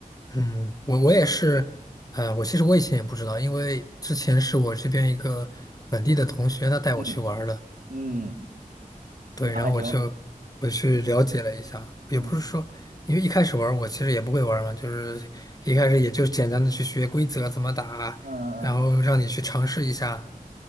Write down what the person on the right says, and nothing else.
嗯嗯，
那还行。
嗯
嗯嗯，